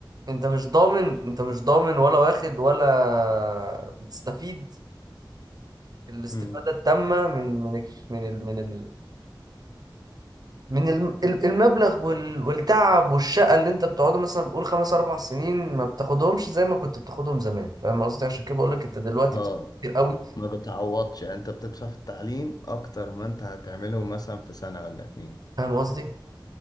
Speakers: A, on the right; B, on the left.
A: انت مش ضامن انت مش ضامن ولا واخد ولا بتستفيد الاستفادة
B: امم
A: التامة من من ال- من ال من ال من الم- ال- المبلغ وال- والتعب والشقة اللي انت بتقعده مثلا بقول خمس اربع سنين ما بتاخدهمش زي ما كنت بتاخدهم زمان فاهم قصدي عشان كده بقول لك انت دلوقتي
B: اه
A: بتاخد كتير قوي
B: ما بتعوضش يعني انت بتدفع في التعليم اكتر ما انت هتعمله مثلا في سنة ولا اتنين
A: فاهم قصدي